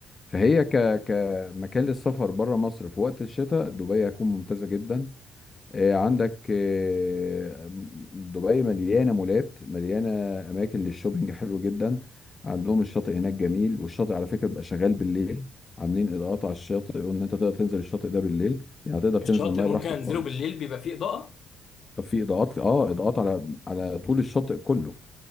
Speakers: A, on the left; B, on the left.
A: فهي ك كمكان للسفر بره مصر في وقت الشتاء دبي هتكون ممتازة جدا آه، عندك آه، دبي مليانة مولات مليانة أماكن للشوبينج حلو جدا عندهم الشاطئ هناك جميل والشاطئ على فكرة بيبقى شغال بالليل عاملين إضاءات على الشاطئ وإن أنت تقدر تنزل الشاطئ ده بالليل يعني تقدر تنزل
B: الشاطئ
A: المية
B: ممكن
A: براحتك
B: انزله
A: خالص
B: بالليل بيبقى فيه اضاءة
A: طب في اضاءات اه اضاءات على على طول الشاطئ كله